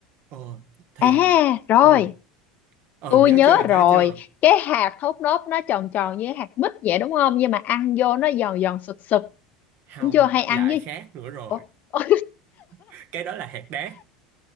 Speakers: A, on the right (about 55°); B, on the left (about 45°).
A: ờ thì
B: À rồi,
A: ừ ừ
B: tôi
A: nhớ
B: nhớ
A: chưa nhớ
B: rồi.
A: chưa
B: Cái hạt hút nốt nó tròn tròn như hạt mít vậy đúng không? Nhưng mà ăn vô nó giòn giòn sực sực.
A: không
B: Đúng chưa? Hay ăn
A: lại
B: với
A: khác nữa rồi
B: Ủa? <laughs> Ôi,
A: <laughs> cái đó là hạt đác